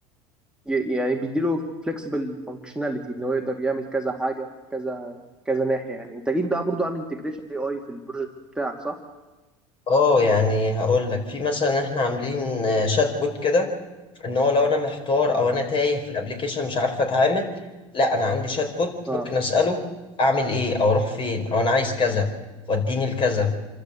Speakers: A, in the centre; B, on the left (about 35°).
A: ي- يعني بيديله فليكسبل فانكشناليتي ان هو يقدر يعمل كذا حاجه في كذا كذا ناحيه يعني انت اكيد بقى برضو عامل انتجريشن اي اي في البروجكت بتاعك صح؟
B: اه يعني هقول لك في مثلا احنا عاملين شات بوت كده ان هو لو انا محتار
A: اه
B: او انا تايه في الابليكيشن مش عارف اتعامل لا انا عندي شات بوت
A: اه
B: ممكن اساله اعمل ايه او اروح فين او انا عايز كذا وديني لكذا